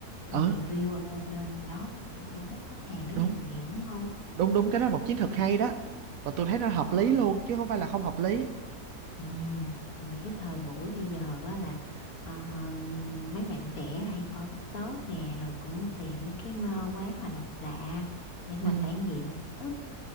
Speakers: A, on the left; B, on the right.
A: xong
B: ờ
A: review ờ, lên đó nó sẽ thu hút khách hàng rất
B: đúng
A: là nhiều đúng không?
B: đúng đúng cái đó là một chiến thuật hay đó và tôi thấy nó hợp
A: Ờ,
B: lý luôn chứ không phải là không hợp lý
A: ừm, tại vì cái thời buổi bây giờ á là ờ, mấy bạn trẻ là hay coi top top nè rồi cũng tìm mấy cái ờ, quán mà độc lạ để mà
B: ừ
A: trải nghiệm thưởng thức